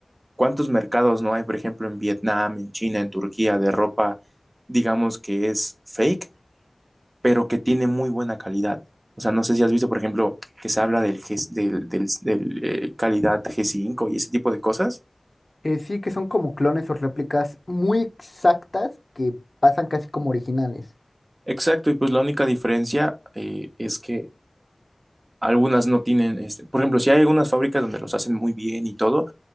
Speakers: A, on the right; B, on the left.
A: cuántos mercados no hay, por ejemplo, en Vietnam, en China, en Turquía, de ropa, digamos que es fake, pero que tiene muy buena calidad? O sea, no sé si has visto, por ejemplo, que se habla del, G- del, del- del, eh, calidad g cinco y ese tipo de cosas.
B: Eh, sí, que son como clones o réplicas muy exactas que pasan casi como originales.
A: Exacto, y pues la única diferencia eh, es que Algunas no tienen, este, por ejemplo, si hay algunas fábricas donde los hacen muy bien y todo,